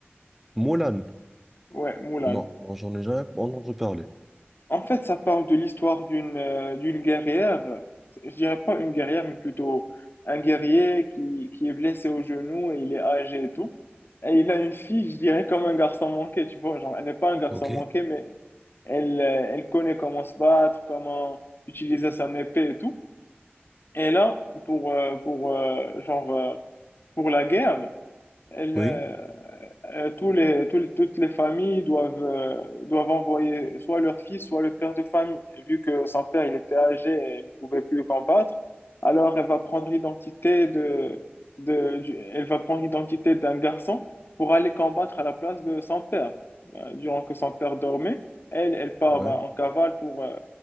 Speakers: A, in the centre; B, on the left (about 60°).
A: Moulin,
B: Ouais, Moulin.
A: non, non, j'en ai jamais entendu parler.
B: En fait, ça parle de l'histoire d'une euh, d'une guerrière. Je dirais pas une guerrière, mais plutôt un guerrier qui, qui est blessé au genou et il est âgé et tout. Et il a une fille, je dirais, comme un garçon manqué, tu vois. Genre, elle n'est pas un garçon
A: Ok.
B: manqué, mais elle, euh, elle connaît comment se battre, comment utiliser son épée et tout. Et là, pour, euh, pour, euh, genre, euh, pour la guerre, elle,
A: Oui,
B: euh, euh, tous les, tous les- toutes les familles doivent, euh, doivent envoyer soit leur fils, soit le père de famille. Vu que son père, il était âgé et il ne pouvait plus combattre, alors elle va prendre l'identité de, de, du- elle va prendre l'identité d'un garçon pour aller combattre à la place de son père. Ben, durant que son père dormait, elle, elle part
A: ouais.
B: euh, en cavale pour, euh,